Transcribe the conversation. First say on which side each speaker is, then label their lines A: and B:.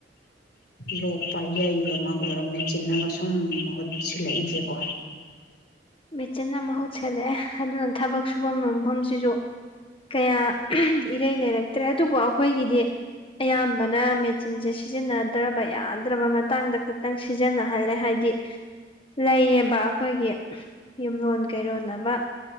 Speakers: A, on the left; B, on the left.
A: ꯂꯣꯛꯄ ꯌꯩꯕꯃꯛ ꯑꯣꯏꯔꯣ ꯃꯦꯆꯤꯟꯅꯟꯅꯒ ꯁꯨꯝ ꯃꯍꯨꯠ ꯁꯤꯜꯂꯛꯏꯁꯦꯀꯣ
B: ꯃꯦꯆꯤꯟ ꯑꯃ ꯃꯍꯨꯠꯁꯜꯂꯛꯑꯦ ꯑꯗꯨꯅ ꯊꯕꯛ ꯁꯨꯐꯝ ꯅꯣꯝꯐꯝꯁꯤꯁꯨ ꯀꯌꯥ ꯏꯔꯩ ꯂꯩꯔꯛꯇ꯭ꯔꯦ ꯑꯗꯨꯕꯨ ꯑꯩꯈꯣꯏꯒꯤꯗꯤ ꯑꯌꯥꯝꯕꯅ ꯃꯦꯆꯤꯟꯁꯦ ꯁꯤꯖꯤꯟꯅꯗ꯭ꯔꯕ ꯌꯥꯗ꯭ꯔꯕ ꯃꯇꯥꯡꯗ ꯈꯛꯇꯪ ꯁꯤꯖꯤꯟꯅꯍꯜꯂꯦ ꯍꯥꯏꯗꯤ ꯂꯩꯌꯦꯕ ꯑꯩꯈꯣꯏꯒꯤ ꯌꯨꯝꯂꯣꯟ ꯀꯩꯔꯣꯟꯅꯕ